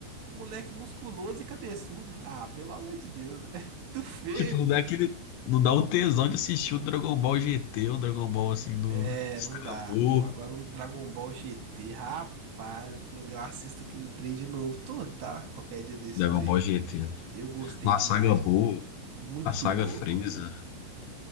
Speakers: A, on the right; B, on the left.
A: Moleque musculoso e cabeçudo. Ah, pelo amor de Deus. <laughs> É muito feio,
B: Tipo, não
A: pô.
B: dá aquele. Não dá o tesão de assistir o Dragon Ball GT, o Dragon Ball assim do.
A: É,
B: Saga
A: não dá,
B: Buu.
A: pô. Agora um Dragon Ball GT, rapaz, aquilo ali, eu assisto aquele trem de novo. Todo, tá? Qualquer dia desses
B: Dragon
A: aí.
B: Ball GT.
A: Eu gostei
B: Na
A: demais,
B: saga
A: pô.
B: Buu,
A: Muito
B: a saga
A: boa,
B: Freeza.
A: pô.